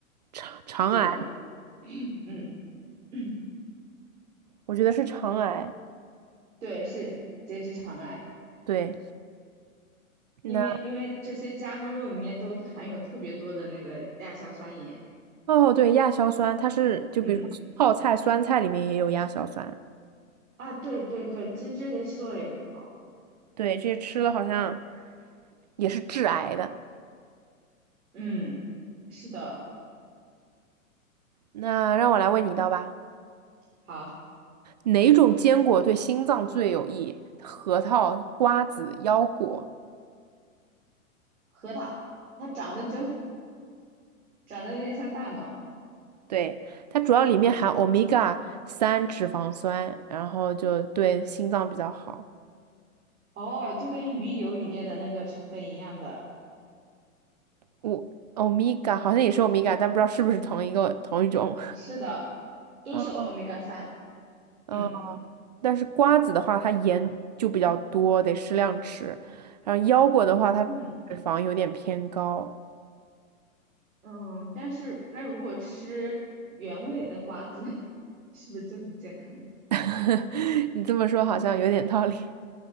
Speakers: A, on the right; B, on the right.
A: 肠肠癌，
B: 这种，<clears throat> 嗯，<clears throat>
A: 我觉得是肠癌。
B: 对，是结直肠癌，
A: 对，
B: 因为因为这些加工肉里面都含有特别多的那个亚硝酸盐，
A: 那哦，对，亚硝酸，它是就比如说泡菜、
B: 嗯，
A: 酸菜里面也有亚硝酸。
B: 啊，对对对，其实这些吃多了也不好，
A: 对，这些吃了好像也是致癌的。
B: 嗯，是的，
A: 那让我来问你一道吧。
B: 好，
A: 哪种坚果对心脏最有益？核桃、瓜子、腰果。
B: 核桃它长得就 <laughs> 长得有点像大脑，
A: 对，它主要里面含欧米伽三脂肪酸，然后就对心脏比较好。
B: 哦，就跟鱼油里面的那个成分一样的，
A: 我欧米伽好像也是欧米伽，但不知道是不是同一个同一种。
B: 是的，都是欧米伽三。
A: 嗯嗯，
B: 嗯
A: 但是瓜子的话，它盐就比较多，得适量吃。然后腰果的话，它脂肪有点偏高。
B: 嗯嗯，但是那如果吃原味的瓜子，<laughs> 是不是就很健康？
A: <laughs> 你这么说好像有点道理。